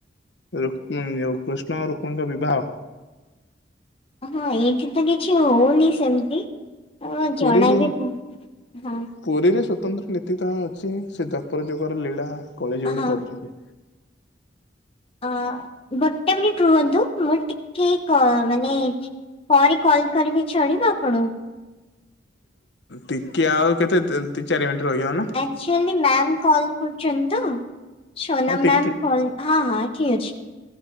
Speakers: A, on the left; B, on the left.
A: ରୁକ୍ କୃଷ୍ଣ ରୁକ୍ମୀଣିଙ୍କ ବିବାହ।
B: ହଁ ଏଇଠି ତ କିଛି ହଉନି ସେମିତି। ହ
A: ପୁରୀରେ
B: ଜଣା ବିି ହଁ।
A: ପୁରୀରେ ସ୍ଵତନ୍ତ୍ର ନୀତି ତ ଅଛି ସେ ଦ୍ୱାପର ଯୁଗର ଲୀଳା କଳି ଯୁଗରେ
B: ହଁ
A: କରୁଛନ୍ତି।
B: ଆ ଗୋଟେ ମିନିଟ୍ ରୁହନ୍ତୁ ମୁଁ ଟିକେ କ ମାନେ ପରେ କଲ କରିବି ଚଳିବ ଆପଣ
A: ଟିକେ ଆଉ କେତେ ଦି ଚାରି ମିନିଟ୍ ରହିଯାଉନ।
B: ଆକ୍ଚୁଆଲି ମ୍ୟାାମ କଲ୍ କରୁଛନ୍ତି ତ। ସୋନମ
A: ହଁ
B: ମ୍ୟାମ୍
A: ଟିକେ
B: କ ହଁ ହଁ ଠିକ ଅଛି।